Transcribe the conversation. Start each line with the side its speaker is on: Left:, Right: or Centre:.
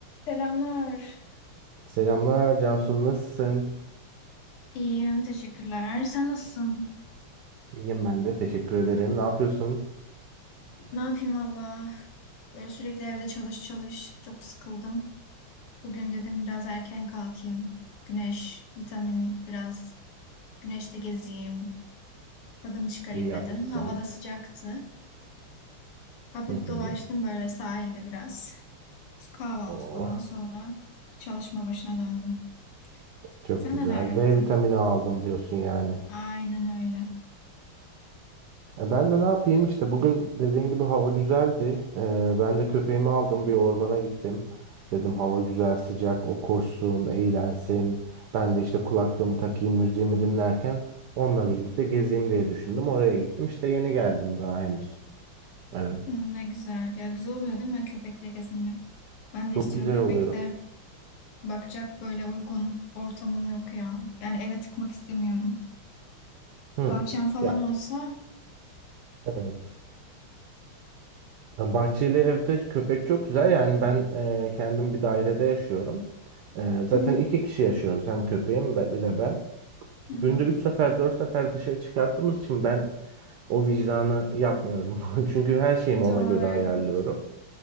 Left: Selamlar.
Right: Selamlar Cansu nasılsın?
Left: İyiyim, teşekkürler. Sen nasılsın?
Right: İyiyim ben de teşekkür ederim. Ne yapıyorsun?
Left: Ne yapayım valla? Böyle sürekli evde çalış çalış. Çok sıkıldım. Bugün dedim biraz erken kalkayım. Güneş, vitamin biraz. Güneşte gezeyim. Tadını çıkarayım
Right: İyi yapmışsın.
Left: dedim. Hava da sıcaktı. Hafif
Right: Hı
Left: dolaştım
Right: hı.
Left: böyle sahilde biraz. Kahvaltı
Right: Oh,
Left: falan sonra çalışma başına döndüm.
Right: çok
Left: Sen
Right: güzel.
Left: neler yaptın?
Right: D vitamini aldım diyorsun yani.
Left: Aynen öyle.
Right: E, ben de ne yapayım işte bugün dediğin gibi hava güzeldi. E, ben de köpeğimi aldım bir ormana gittim. Dedim hava güzel sıcak o koşsun eğlensin. Ben de işte kulaklığımı takayım müziğimi dinlerken onunla birlikte gezeyim diye düşündüm. Oraya gittim işte yeni geldim daha henüz. Evet.
Left: Hı, ne güzel. Ya güzel oluyor değil mi köpekle gezinmek? Ben de
Right: Çok
Left: istiyorum
Right: güzel
Left: köpek
Right: oluyor.
Left: de. Bakacak böyle uygun ortamım yok ya. Yani eve tıkmak istemiyorum.
Right: Hı.
Left: Bahçem falan
Right: Ya
Left: olsa.
Right: Evet. Ya Bahçeli evde köpek çok güzel. Yani ben e, kendim bir dairede yaşıyorum. E,
Left: Hı
Right: zaten
Left: hı,
Right: iki kişi yaşıyoruz. Hem köpeğim ve bir de ben.
Left: hı
Right: Günde
Left: hı.
Right: üç sefer dört sefer dışarı çıkarttığımız için ben o vicdanı yapmıyorum. <laughs> Çünkü her şeyimi
Left: Doğru
Right: ona göre
Left: evet.
Right: ayarlıyorum.